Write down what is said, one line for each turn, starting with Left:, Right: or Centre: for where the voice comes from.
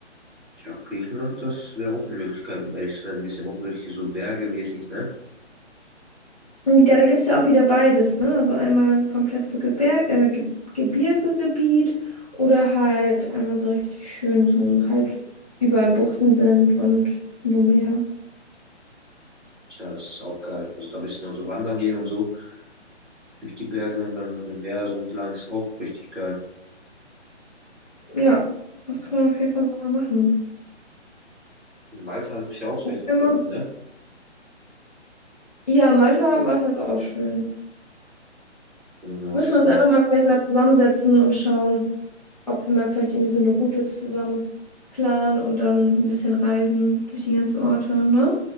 Centre: Ja, Griechenland, das wäre auch eine Möglichkeit, um ehrlich zu sein. Da ist ja auch wirklich so bergemäßig, ne?
Left: Und Ja, da gibt es ja auch wieder beides, ne? Also einmal komplett so Gebir äh, Ge Gebirgegebiet oder halt einmal so richtig schön, wo halt überall Buchten sind und nur Meer.
Centre: Tja, das ist auch geil. Also da bist du dann so wandern gehen und so. durch die Berge und dann an dem Meer so entlang. Ist auch richtig geil.
Left: Ja, das kann man auf jeden Fall mal machen.
Centre: In Malta gibt es ja auch so richtig
Left: Ja.
Centre: Berge, ne?
Left: Ja, Malta, Malta ist auch schön.
Centre: Da müssen wir mal
Left: Müssen
Centre: schauen.
Left: wir uns einfach mal vielleicht mal zusammensetzen und schauen, ob wir mal vielleicht irgendwie so eine Route zusammen planen und dann ein bisschen reisen durch die ganzen Orte, ne?